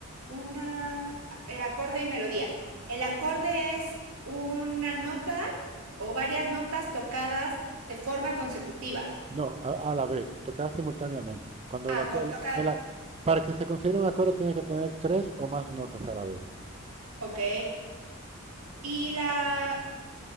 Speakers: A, on the right (about 85°); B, on the right (about 25°).
A: una, el acorde y melodía. El acorde es una nota o varias notas tocadas de forma consecutiva.
B: No, a, a la vez, tocar simultáneamente. Cuando
A: Ah,
B: el aco-
A: co-
B: el-
A: toca,
B: el a- para que se considere un acorde tiene que tener tres o más notas a la vez.
A: ok. Y la,